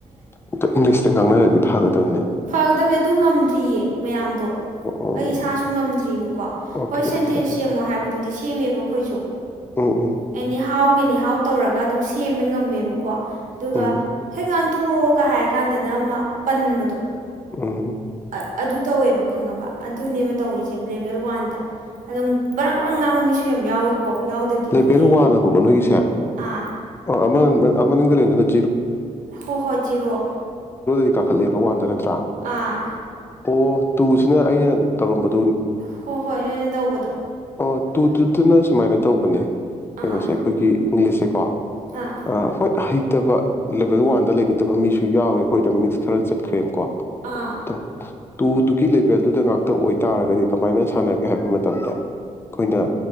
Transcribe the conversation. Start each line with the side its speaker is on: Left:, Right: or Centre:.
Left: ꯑꯇ ꯏꯪꯂꯤꯁꯇ ꯉꯥꯡꯅꯔꯗꯤ ꯐꯥꯒꯗꯕꯅꯦ
Right: ꯐꯒꯗꯕꯅꯤ ꯑꯗꯨ ꯉꯝꯗ꯭ꯔꯤꯌꯦ ꯃꯌꯥꯝꯗꯣ
Left: ꯑꯣ
Right: ꯑꯩ ꯏꯁꯥꯁꯨ ꯉꯝꯗ꯭ꯔꯤꯕꯀꯣ
Left: ꯑꯣꯀꯦ
Right: ꯍꯣꯏ ꯁꯦꯟꯇꯦꯟꯁ
Left: ꯑꯣꯀꯦ
Right: ꯁꯦꯝꯃꯣ ꯍꯥꯏꯕꯗꯨꯗꯤ ꯁꯤ ꯁꯦꯝꯃꯦꯕ ꯑꯩꯈꯣꯏꯁꯨ
Left: ꯎꯝ ꯎꯝ
Right: ꯑꯦꯅꯤ ꯍꯥꯎ ꯃꯦꯅꯤ ꯍꯥꯎ ꯇꯧꯔꯒ ꯑꯗꯨꯝ ꯁꯦꯝꯕ ꯉꯝꯃꯦꯕꯀꯣ ꯑꯗꯨꯒ
Left: ꯎꯝ
Right: ꯉꯥꯡꯊꯣꯔꯣꯒ ꯍꯥꯏꯔ ꯀꯥꯟꯗꯅ ꯑꯃ ꯄꯟꯕꯗꯣ
Left: ꯎꯝ
Right: ꯑ ꯑꯗꯨ ꯇꯧꯋꯦꯕ ꯈꯪꯉꯕ ꯑꯗꯨꯅꯦꯕ ꯇꯧꯔꯤꯁꯦ ꯂꯦꯚꯦꯜ ꯋꯥꯟꯗ ꯑꯗꯨꯝ ꯕꯪ ꯪ ꯉꯥꯡꯕ ꯃꯤꯁꯨ ꯌꯥꯝ ꯌꯥꯎꯏꯀꯣ ꯌꯥꯎꯗꯕꯗꯤ
Left: ꯂꯦꯄꯦꯜ
Right: ꯅꯠꯇꯦ
Left: ꯋꯥꯜꯂꯕꯀꯣ ꯅꯣꯏꯒꯤꯁꯦ ꯑꯣ
Right: ꯑꯥ
Left: ꯑꯃ ꯑꯃꯥꯡꯅꯤꯡ ꯂꯩꯅ
Right: ꯍꯣ ꯍꯣꯏ ꯖꯤꯔꯣ
Left: <inaudible> ꯀꯥꯈꯠꯂꯦꯕ ꯋꯥꯗ ꯅꯠꯇꯦ
Right: ꯑꯥ
Left: ꯑꯣ ꯇꯨꯁꯤꯅ ꯑꯩꯅ ꯇꯧꯔꯝꯕꯗ
Right: ꯍꯣ ꯍꯣꯏ ꯅꯣꯏꯅ ꯇꯧꯕꯗꯣ
Left: ꯑꯣ ꯇꯨ ꯇꯅ ꯁꯨꯥꯏꯅ ꯇꯧꯕꯅꯦ ꯀꯩꯅꯣꯁꯦ
Right: ꯑꯥ
Left: ꯑꯩꯈꯣꯏꯒꯤ ꯏꯪꯂꯤꯁꯦꯀꯣ ꯑ
Right: ꯑꯥ
Left: ꯍꯣꯏ ꯍꯥꯏ ꯠꯇꯕ ꯂꯦꯕꯦꯜ ꯋꯥꯟꯗ ꯂꯩꯒꯗꯕ ꯃꯤꯁꯨ ꯌꯥꯎꯋꯦ ꯑꯩꯈꯣꯏꯗ ꯃꯤꯛꯁ ꯈꯔ ꯆꯠꯈ꯭ꯔꯦꯕꯀꯣ
Right: ꯑꯥ
Left: ꯑꯗꯣ ꯇꯨꯗꯨꯒꯤ ꯂꯦꯚꯦꯜꯗꯨꯗ ꯉꯥꯛꯇ ꯑꯣꯏꯇꯥꯔꯒꯗꯤ ꯀꯃꯥꯏꯅ ꯁꯥꯟꯅꯒꯦ ꯍꯥꯏꯕ ꯃꯇꯝꯗ ꯑꯩꯈꯣꯏꯅ